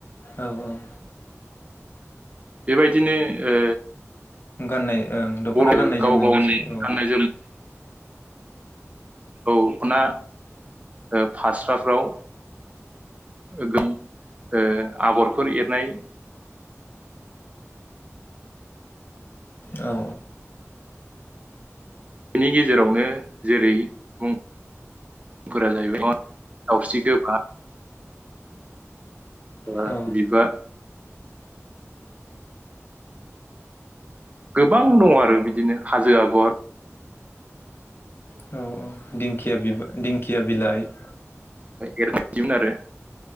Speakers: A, on the left (about 45°); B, on the right (about 25°).
A: औ औ
B: बेबायदिनो ओ
A: गाननाय ओं दखना
B: बर'
A: गाननाय
B: गाव
A: जोमनाय
B: गावनि
A: <unintelligible> औ
B: गाननाय औ दखना ओ फास्राफ्राव गोदोनि ओ आगरफोर एरनाय
A: औ
B: बेनि गेजेरावनो जेरै मुंफोरा जाहैबाय दावस्रि गोबा बा
A: औ
B: बिबार गोबां दङ आरो बिदिनो हाजो आगरखौ
A: औ दिंखिया बि दिंखिया बिलाइ <inaudible>
B: एरगासिमोन आरो